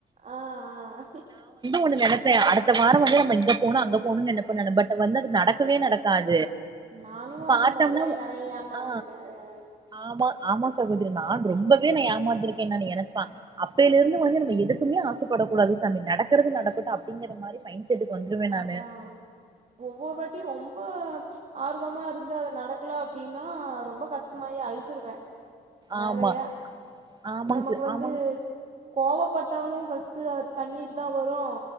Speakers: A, on the right; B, on the right.
A: ஆஹ் ஆஹ்
B: ஒன்னு நெனப்பே அடுத்த வாரம் வந்து நம்ம இங்க போனும் அங்க போ <unintelligible> பட் வந்து நடக்கவே நடக்காது
A: நானும் அந்த
B: பாத்தோம்னா
A: மாரிலாம் நிறையா ஏமாந்திருக்கேன்
B: ஆ ஆமா ஆமா சகோதரி நான் ரொம்பவே நான் ஏமாத் <unintelligible> அப்பில இருந்து வந்து நம்ம எதுக்குமே ஆசை படக்கூடாது சாமி நடக்கிறது நடக்கட்டும் அப்படிங்கிற மாரி மைண்ட சட்டு வந்துடுவே நானு
A: அதா ஒவ்வொரு வாட்டியும் ரொம்ப ஆர்வமா இருந்து அத நடக்கல அப்படின்னா ரொம்ப கஷ்டமாயி அழுதுருவே நெறையா
B: ஆமா ஆமாங்
A: நமக்கு
B: சார்
A: வந்து
B: ஆமாங்க
A: கோவப்பட்டாலு ஃபர்ஸ்ட்டு அ கண்ணிர் தா வரும்